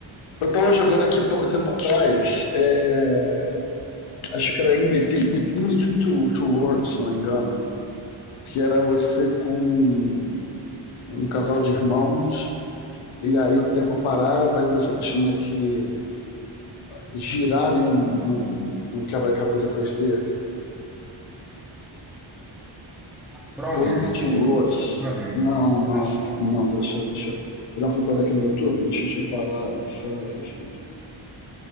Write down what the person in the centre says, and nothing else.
Brothers.
Brothers.
Ah,